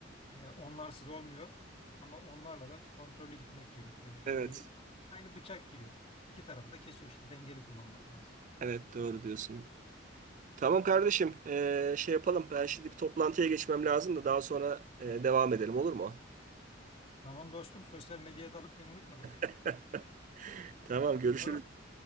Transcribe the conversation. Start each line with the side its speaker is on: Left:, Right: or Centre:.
Left: e, onlarsız olmuyor ama onlarla da kontrollü gitmek gerekiyor. Dengeyi
Right: evet
Left: aynı bıçak gibi. İki tarafı da kesiyor işte. Dengeli kullanmak lazım.
Right: evet doğru diyorsun. Tamam kardeşim e, şey yapalım ben şimdi bir toplantıya geçmem lazım da daha sonra e, devam edelim olur mu?
Left: Tamam dostum sosyal medyaya dalıp beni unutma bak. <laughs>
Right: <laughs> Tamam görüşürüz.
Left: Tamam.